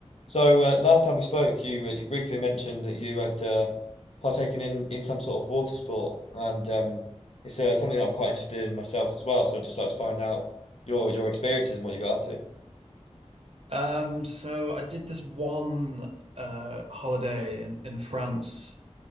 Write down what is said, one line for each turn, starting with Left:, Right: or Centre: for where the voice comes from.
Left: So uh, last time we spoke, you uh, you briefly mentioned that you had uh, partaken in in some sort of water sport, and um, it's uh, something that I'm quite interested in myself as well. So I'd just like to find out your your experiences and what you got up to.
Right: Um, so I did this one uh holiday in in France,